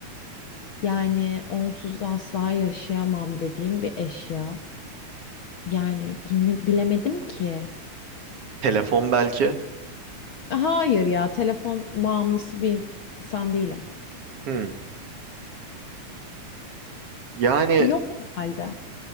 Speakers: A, on the left (about 55°); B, on the right (about 55°).
A: yani onsuz asla yaşayamam dediğim bir eşya. Yani bilmi- bilemedim ki.
B: Telefon belki.
A: Hayır ya telefon bağımlısı bir insan değilim.
B: Hı. Yani
A: Yok herhalde.